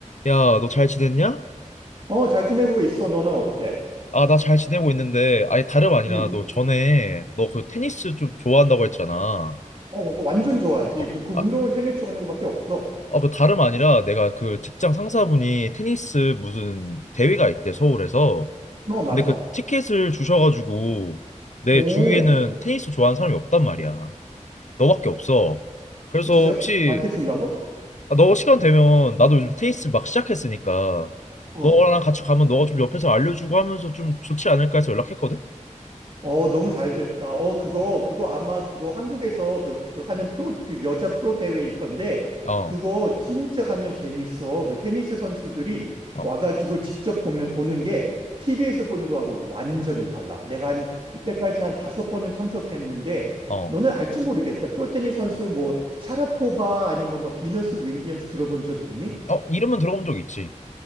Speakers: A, on the left; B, on the right.
A: 야, 너 잘 지냈냐?
B: 어, 잘 지내고 있어. 너는 어때?
A: 아, 나 잘 지내고 있는데, 아니, 다름 아니라,
B: 응.
A: 너 전에, 너 그 테니스 좀 좋아한다고 했잖아.
B: 어, 너 완전 좋아하지.
A: 어,
B: 그, 그
A: 아,
B: 운동은 테니스 좋아하는 것밖에 없어.
A: 어, 그 다름 아니라, 내가 그 직장 상사분이 테니스 무슨 대회가 있대, 서울에서.
B: 어, 맞아.
A: 근데 그 티켓을 주셔가지고, 내
B: 오,
A: 주위에는 테니스 좋아하는 사람이 없단 말이야. 너밖에 없어. 그래서
B: 진짜
A: 혹시,
B: 나한테 주려고?
A: 아, 너 시간 되면, 나도 요즘 테니스 막 시작했으니까,
B: 어.
A: 너랑 같이 가면 너가 좀 옆에서 알려주고 하면서 좀 좋지 않을까 해서 연락했거든?
B: 어, 너무 잘 됐다. 어, 그거, 그거 아마 그거 한국에서 그, 그 하는 프로, 그 여자 프로 대회일 건데,
A: 어.
B: 그거 진짜 가면 재밌어. 그 테니스 선수들이
A: 어,
B: 와가지고 직접 보면, 보는 게 TV에서 보는 거하고 완전히 달라. 내가 한, 이때까지 한 다섯 번은 참석했는데,
A: 어,
B: 너는 알지 모르겠다. 프로 테니스 선수 뭐, 샤라포바 아니면 뭐, 비너스 윌리엄스 들어본 적 있니?
A: 어, 이름은 들어본 적 있지.